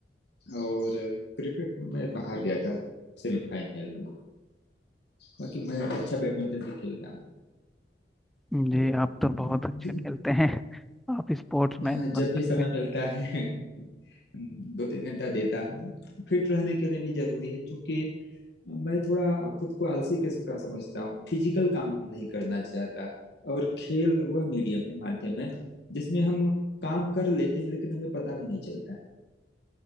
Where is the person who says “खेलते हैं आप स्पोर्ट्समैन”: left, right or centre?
Centre